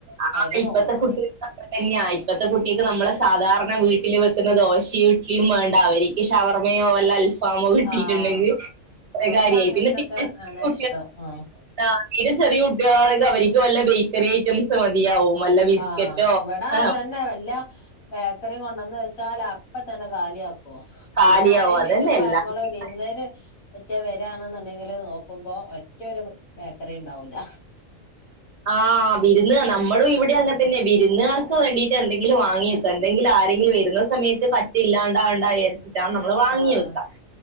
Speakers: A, on the right; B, on the left.
A: ആഹ്
B: അവര്
A: ഇപ്പത്തെ
B: നോമ്പെടുത്ത്
A: കുട്ടിക് അങ്ങനെ തന്നെയാ ഇപ്പത്തെ കുട്ടിക്ക് നമ്മളെ സാധാരണ വീട്ട് ട്ടില് വെക്കുന്ന ദോശയും ഇഡ്ലിയും വേണ്ട അവരിക്ക് ഷവർമ്മയോ വല്ല അൽഫ് ഫാമോ കിട്ടീട്ടുണ്ടെങ്കിൽ
B: ആഹ്
A: അത്രേ
B: ഓൽക്ക്
A: കാര്യായി.
B: അങ്ങനത്തൊക്കെ
A: പിന്നെ
B: ആണ്
A: <inaudible>
B: ഇഷ്ടം ആഹ്
A: ആ തീരെ ചെറിയ കുട്ടികളാണെങ്കിൽ അവര്ക്ക് വല്ല ബേക്കറി ഐറ്റംസ് മതിയാവും- വല്ല ബിസ്ക്കറ്റോ
B: ആഹ് ഇവിടാ
A: ആഹ്
B: അതന്നാ വല്ല- ബേക്കറി കൊണ്ടന്ന് വെച്ചാലപ്പ തന്നെ കാലിയാക്കും-
A: കാലിയാവും
B: പിന്നെ ആരേം
A: അതന്നെ
B: വരുമ്പോ
A: എല്ലാർക്കും
B: അമ്മള് വിരുന്നേര്- റ്റ വരാണെന്ന്ണ്ടെങ്കില് നോക്കുമ്പോ ഒറ്റൊരു ബേക്കറി ഉണ്ടാവൂല്ല
A: ആഹ വിരുന്ന് നമ്മളും ഇവിടെ അങ്ങന ത്തന്നെ വിരുന്നുകർക്ക് വേണ്ടീട്ട് എന്തെങ്കിലും വാങ്ങിയക്കോ എന്തെങ്കിലും ആരെങ്കിലും വരുന്ന സമയത്ത് പറ്റില്ലാണ്ടാകണ്ടാന്ന് വിചാരി ച്ചാണ് നമ്മൾ വാങ്ങിവെക്ക.
B: ആഹ്